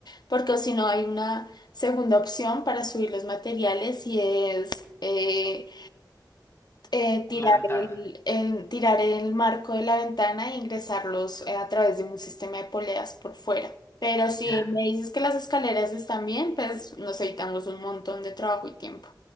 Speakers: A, on the left (about 60°); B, on the left (about 35°).
A: Porque si no hay una segunda opción para subir los materiales y es eh, eh, tirar
B: la ventana.
A: el, el- tirar el marco de la ventana e ingresarlos eh, a través de un sistema de poleas por fuera. Pero si
B: Ya.
A: me dices que las escaleras están bien, pues nos evitamos un montón de trabajo y tiempo.